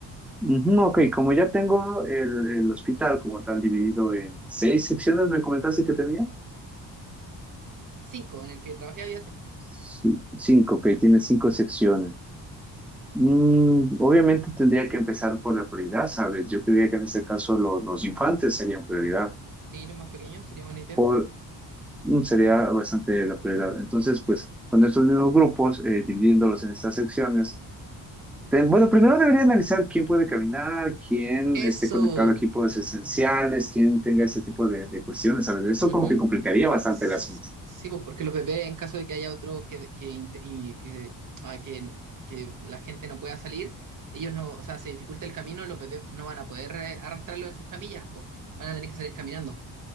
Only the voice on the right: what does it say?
Cinco, en el que trabajé había cinco.
Sí, los más pequeños sería buena idea.
Eso.
Ujú.
S-
Sí, pues porque los bebés, en caso de que haya otro que, que, int- y que, ah, que, que la gente no pueda salir, ellos no, o sea, se dificulta el camino, los bebés no van a poder eh, arrastrarlo en sus camillas, pues van a tener que salir caminando.